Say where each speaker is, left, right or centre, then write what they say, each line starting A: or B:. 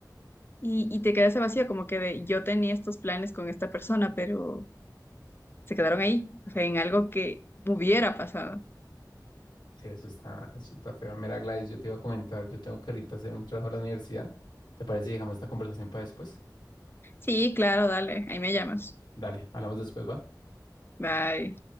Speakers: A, on the left; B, on the left.
A: Y, y te queda ese vacío como que de, yo tenía estos planes con esta persona, pero se quedaron ahí, o sea, en algo que hubiera pasado.
B: Sí, eso está, eso está feo. Mira, Gladys, yo te iba a comentar, yo tengo que ahorita hacer un trabajo a la universidad. ¿Te parece si dejamos esta conversación para después?
A: Sí, claro, dale, ahí me llamas.
B: Dale, hablamos después, ¿va?
A: Bye.